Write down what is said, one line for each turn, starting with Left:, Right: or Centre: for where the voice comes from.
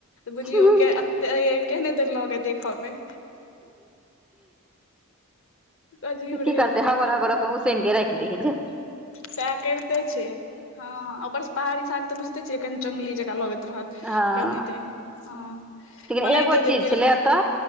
Left: बुझियौ
Centre: हूँ
Left: के केहने दन लगैय देखऽ मे। अजीब
Centre: की
Left: रहै
Centre: करतै
Left: ओकर सबके
Centre: हबर-हबर अपन उसैन के राइख दै हइ जो।
Left: सएह कइरते छैय हँ ऊपर स पहाड़ी साग त बुइझते छियै केहनि जंगली जंका लगैत रहत।
Centre: हँ।
Left: केहने तेहन हँ।
Centre: लेकिन
Left: ओनाहिते
Centre: एगो चीज
Left: जे देलकै
Centre: छेलैय एतऽ